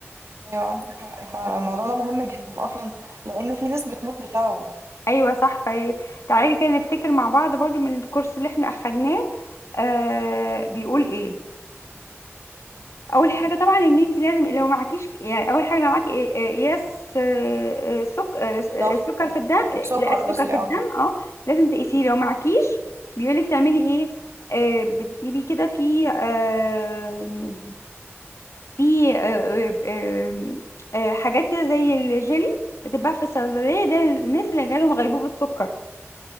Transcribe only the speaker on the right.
ايوه عندك حق فعلا الموضوع ده مهم جدا اصلا لان في ناس بتموت بسببه
ضغط
سكر
قصدي
اه